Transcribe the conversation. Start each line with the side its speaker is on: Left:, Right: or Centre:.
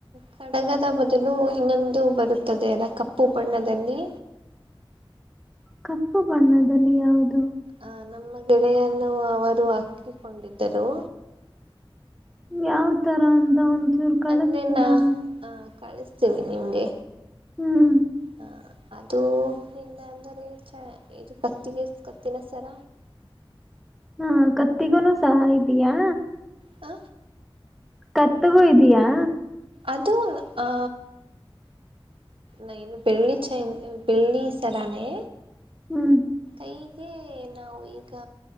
Right: ಕಡಗದ ಬದಲು ಇನ್ನೊಂದು ಬರುತ್ತದೆ ಅಲ್ಲ ಕಪ್ಪು ಬಣ್ಣದಲ್ಲಿ.
Centre: ಕಪ್ಪು ಬಣ್ಣದಲ್ಲಿ ಯಾವುದು?
Right: ಆ ನಮ್ಮ ಗೆಳೆಯನ್ನು ಅವರು ಹಾಕ್ಕಿಕೊಂಡಿದ್ದರು.
Centre: ಯಾವ್ ತರ ಅಂತ ಒಂದು ಚೂರು ಕಳಸ್ತೀರಾ.
Right: ಅಂದರೆ ನಾ ಕಳಿಸ್ತೀವಿ ನಿಮ್ಗೆ.
Centre: ಹ್ಮ್
Right: ಹಾ ಅದು ಇಲ್ಲ ಅಂದ್ರ ಚ ಇದು ಕತ್ತಿಗೆ ಕತ್ತಿನಸರ
Centre: ಹಾ ಕತ್ತಿಗೂನು ಸಹ ಇದೀಯಾ?
Right: ಆ
Centre: ಕತ್ತಗೂ ಇದಿಯಾ?
Right: ಅದು ಆ ನೈನು ಬೆಳ್ಳಿ ಚೖನ್ ಬೆಳ್ಳಿ ಸರಾನೆ.
Centre: ಹ್ಮ್
Right: ಹೀಗೆ ನಾವು ಈಗ